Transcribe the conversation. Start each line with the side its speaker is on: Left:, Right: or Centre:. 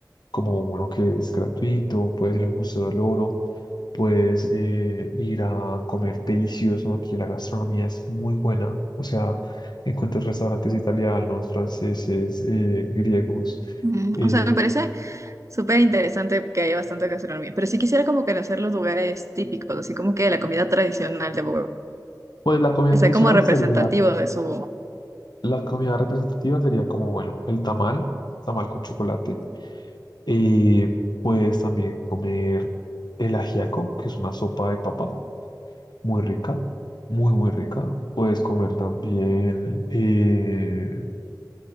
Left: como uno que es gratuito, puedes ir al Museo del Oro, puedes eh, ir a comer delicioso. Aquí la gastronomía es muy buena, o sea, encuentras restaurantes italianos, franceses, eh, griegos.
Right: Ujú.
Left: eh,
Right: O sea, me parece súper interesante que haya bastante gastronomía Pero sí quisiera como conocer los lugares típicos, así como que la comida tradicional de Bogotá.
Left: pues la comida
Right: Sea
Left: tradicional
Right: como representativo
Left: sería,
Right: de su...
Left: la comida representativa sería como, bueno, el tamal, tamal con chocolate. eh, puedes también comer el ajiaco, que es una sopa de papa. muy rica, muy, muy rica. Puedes comer también eh,